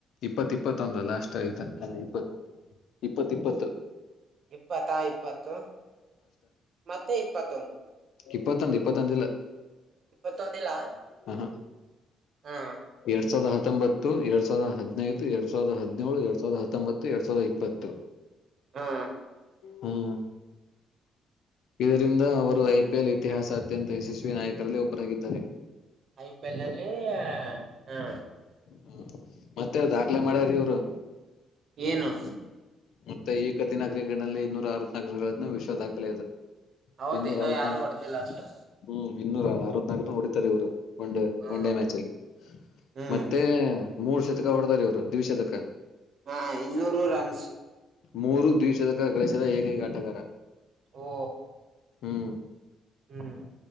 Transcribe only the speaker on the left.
ಇಪ್ಪತ್ ಇಪ್ಪತ್ತೊಂದ್ ಲಾಸ್ಟ್ ಇದ ಇಪ್ ಇಪ್ ಇಪ್ಪತ್ತಿಪ್ಪತ್ತು
ಇಪ್ಪತ್ತಂದ ಇಪ್ಪತ್ತೊಂದಿಲ್ಲ. <unintelligible>
ಹಾ ಹಾ
ಎರಡ್ ಸಾವ್ರದ ಹತ್ ಹತ್ತೊಂಬತ್ತು ಎರಡ್ ಸಾವಿರದ ಹದಿನೈದು ಎರಡ್ ಸಾವಿರದ ಹನಿನೇಳು ಎರಡ್ ಸಾವಿರದ ಹತ್ತೊಂಬತ್ತು ಎರಡ್ ಸಾವಿರದ ಇಪ್ಪತ್ತು.
ಹ್ಮ್ ಇದರಿಂದ ಅವರು ಐಪಿಎಲ್ ಇತಿಹಾಸ ಅತ್ಯಂತ ಯಶಸ್ವಿ ನಾಯಕರಲ್ಲಿ ಒಬ್ಬರಾಗಿದ್ದಾರೆ.
ಹ್ಮ ಮತ್ತೆ ದಾಖಲೆ ಮಾಡ್ಯಾರ ಇವ್ರು.
ಮತ್ತೆ ಈ ಕಠಿಣ ಕ್ರಿಕೆನಲ್ಲಿ ಇನ್ನೂರ ಅರವತ್ನಾಕ್ ರನ್ ಗಳನ್ನು ವಿಶ್ವ ದಾಖಲೆ ಅದು.
ಇನ್ನೂರ
ಅರವತ್ನಾಲ್ಕು
ಹ್ಮ್ ಇನ್ನೂರ ಅರವತ್ನಾಲ್ಕ ಹೊಡಿತರೆ ಇವ್ರು. ಒನ್ ಡೇ
ಒನ್ ಡೇ ಮ್ಯಾಚ್ ಅಲ್ಲಿ <unintelligible>
ಮತ್ತೆ ಮೂರ್ ಶತಕ ಹೊಡದರ ಇವ್ರು ದ್ವಿಶತಕ.
ಮೂರು ದ್ವಿಶತಕ ಗಳಿಸದ ಏಕೈಕ ಆಟಗಾರ.
ಹ್ಮ್.